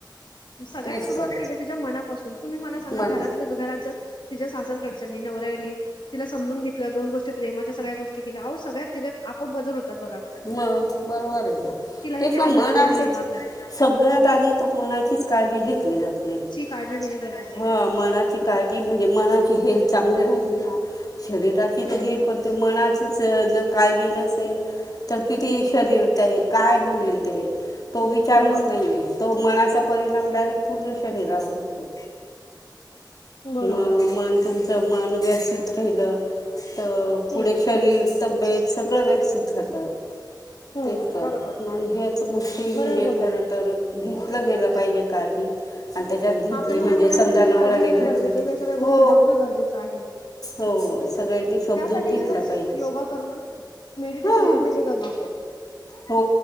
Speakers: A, on the left (about 80°); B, on the left (about 55°).
A: सगळ्यात
B: तेच
A: सुरुवात
B: तर
A: केली तिच्या मनापासून तुम्ही मला सांगा
B: मना
A: घरातलच घरात जर तिच्या सासरच सासरकडच्यांनी नवऱ्यानी तिला समजून घेतल दोन गोष्टी प्रेमाच्या सगळ्या गोष्टी केल्या अहो सगळ्यात तिच्यात आपोआप बदल होतात बघा
B: म बरोबर आहे
A: तिलाही
B: तेच
A: ते आजारपण
B: ना मन
A: वगैरे
B: असच
A: येणार नाहीत
B: सगळ्यात आधी तर मनाचीच काळजी घेत घेतली जात नाही मनाची
A: काळजी घेणं
B: काय
A: गरजेचं आहे
B: हा मनाची काळजी म्हणजे मनाची हेल्थ चांगली राहिली ना शरीराची तर
A: हम्म
B: घेईल पण ते मनाचीच जर काळजी नसेल किती शरीर ते काय म्हणेल ते तो विचारच
A: मग
B: नाहीये तो मनाचा परिणाम डायरेक्ट पूर्ण शरीरावर होतो
A: बरोबर
B: म मन तुमच मन व्यवस्थित राहिल तर
A: हम्म
B: पुढे शरीर तब्येत सगळ व्यस्थित खाता
A: हम्म
B: तेच तर
A: बरोबर
B: मन ह्याच गोष्टी
A: बरोबर
B: म्हणजे
A: बोललात
B: खर तर घेत घेतल गेल पाहिजे काळजी आणि त्याच्यात घेतली
A: आपल्याला
B: म्हणजे
A: ह्या सगळ्या
B: समजा
A: गोष्टीची
B: नवऱ्याने
A: काळजी घेण
B: घेतली
A: गरजेच आहे सगळ्या गोष्टी
B: हो
A: बघण गरजेच आहे
B: हो सगळ्यांनी समजून
A: त्यासाठी
B: घेतलं
A: एकच
B: पाहिजे
A: योगा करण मेडिटेशन
B: हां
A: करण हे गरजेच ते
B: हो